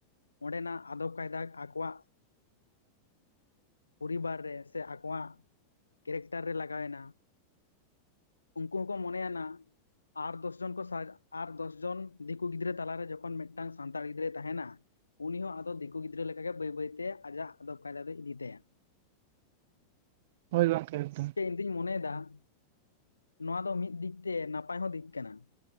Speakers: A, on the left (about 80°); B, on the right (about 50°).
A: ᱚᱸᱰᱮᱱᱟᱜ ᱟᱫᱚᱵ ᱠᱟᱭᱫᱟ ᱟᱠᱚᱣᱟᱜ ᱯᱚᱨᱤᱵᱟᱨ ᱨᱮ ᱥᱮ ᱟᱠᱚᱣᱟᱜ ᱠᱮᱨᱮᱠᱴᱟᱨ ᱨᱮ ᱞᱟᱜᱟᱣᱮᱱᱟ᱾ ᱩᱱᱠᱩ ᱦᱚᱸᱠᱚ ᱢᱚᱱᱮ ᱭᱟᱱᱟ ᱟᱨ ᱫᱚᱥ ᱡᱚᱱ ᱠᱚ ᱥᱟᱡ ᱟᱨ ᱫᱚᱥ ᱡᱚᱱ ᱫᱤᱠᱩ ᱜᱤᱫᱽᱨᱟᱹ ᱛᱟᱞᱟᱨᱮ ᱡᱚᱠᱷᱚᱱ ᱢᱤᱫ ᱢᱤᱫᱴᱟᱝ ᱥᱟᱱᱛᱟᱲ ᱜᱤᱫᱽᱨᱟᱹᱭ ᱛᱟᱦᱮᱱᱟ ᱩᱱᱤ ᱦᱚᱸ ᱟᱫᱚ ᱫᱤᱠᱩ ᱜᱤᱫᱽᱨᱟᱹ ᱞᱮᱠᱟ ᱜᱮ ᱵᱟᱹᱭ ᱵᱟᱹᱭᱛᱮ ᱟᱡᱟᱜ ᱟᱫᱚᱵ ᱠᱟᱭᱫᱟ ᱫᱚᱭ ᱤᱫᱤ ᱛᱟᱭᱟ
B: ᱦᱳᱭ ᱜᱚᱝᱠᱮ ᱮᱠᱫᱚᱢ
A: ᱫᱩᱧ ᱢᱚᱱᱮᱭᱮᱫᱟ ᱱᱚᱣᱟ ᱫᱚ ᱢᱤᱫ ᱫᱤᱠ ᱛᱮ ᱱᱟᱯᱟᱭ ᱦᱚᱸ ᱫᱤᱠ ᱠᱟᱱᱟ